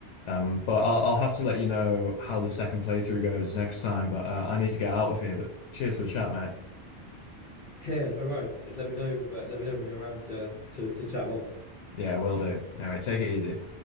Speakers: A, on the left (about 85°); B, on the left (about 50°).
A: Um, but I'll I'll have to let you know how the second playthrough goes next time. But uh, I need to get out of here. But cheers for the chat, mate.
B: Yeah, no worries. Let me know. uh, Let me know when you're around uh, to to chat more.
A: Yeah, will do. Anyway, take it easy.